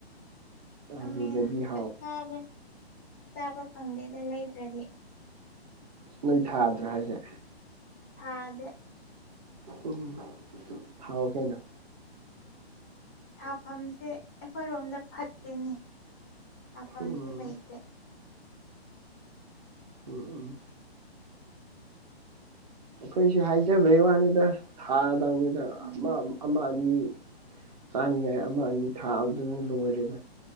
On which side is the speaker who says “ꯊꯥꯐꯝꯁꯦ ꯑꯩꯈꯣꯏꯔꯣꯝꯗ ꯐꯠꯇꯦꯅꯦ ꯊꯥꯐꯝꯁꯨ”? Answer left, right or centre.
Left